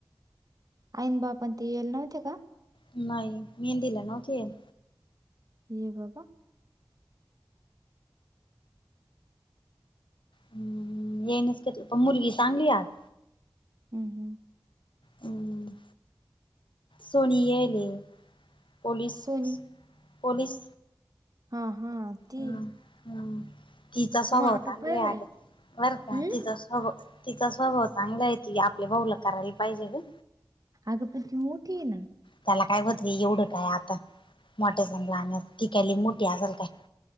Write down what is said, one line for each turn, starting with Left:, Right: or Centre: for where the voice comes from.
Right: आईन बाप ते येईला नव्हते का?
Left: नाही नाही, मेंहदीला नव्हते येईल.
Right: आणी बाबा
Left: हम्म येईनस केलं, पण मुलगी चांगली य आगं.
Right: हम्म
Left: हम्म सोनी येईले. पोलिस
Right: सोनी
Left: पोलिस
Right: हा हा. ती
Left: हम् हम् तिचा स्वभाव
Right: मग आता
Left: चांगला
Right: पाय
Left: आहे
Right: बाय
Left: आग, बरं का
Right: हम्म
Left: तिचा स्वभाव तिचा स्वभाव चांगला आहे ति, आपल्या भाऊला करायला पाहिजे गं.
Right: आग पण ती मोठी आहे ना.
Left: त्याला काय होतय एवढं काय आता मोठ्या चन लाहानयाच, ती काय लय मोठी असाल काय.